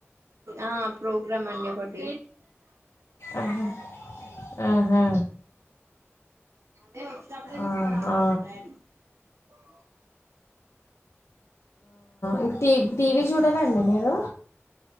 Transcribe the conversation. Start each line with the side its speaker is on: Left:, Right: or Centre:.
Right: ఆ ప్రోగ్రామ్ అండి ఒకటి
Left: ఆహా, ఆహా,
Right: అదే వచ్చేప్పుడే తీసుకురాా
Left: ఆహా.
Right: బీ ఆ
Left: ఇంకా టీవ టీవీ చూడరండి మీరు